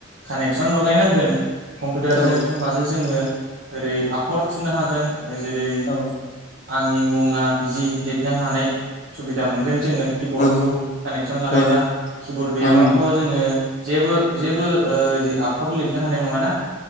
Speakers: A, on the right; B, on the left.
A: कानेक्सन लगायनां थांगोन। कम्पिउटारजों
B: औ
A: होमबासो जोङो
B: औ
A: ओरै आखर थुनो हागोन जेरै
B: औ
A: आंनि मुङा बिदि लिरनो हानाय सुबिदा मोनगोन जोङो किबर्डखौ।
B: औ
A: कानेक्सन लागायबा
B: औ
A: किबर्ड गैयाबाथ'
B: ओं ओं
A: जोङो जेबो जेबो ओ आखर लिरनो हानाय नङाना।